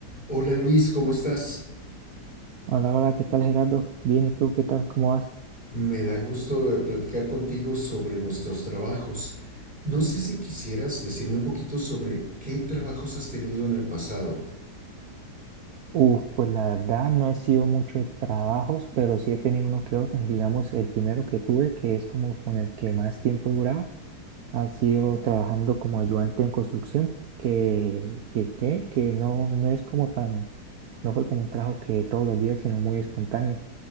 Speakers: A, in the centre; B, on the right (about 65°).
A: Hola Luis, ¿cómo estás?
B: Hola, hola, ¿qué tal Gerardo? Bien, ¿y tú qué tal? ¿Cómo vas?
A: Me da gusto eh, platicar contigo sobre nuestros trabajos. No sé si quisieras decirme un poquito sobre qué trabajos has tenido en el pasado.
B: Uf, pues la verdad no he sido mucho de trabajos, pero sí he tenido uno que otro. Digamos, el primero que tuve, que es como con el que más tiempo he durado, ha sido trabajando como ayudante en construcción, que, que, que, que no, no es como tan, no fue como un trabajo que todos los días, sino muy espontáneo.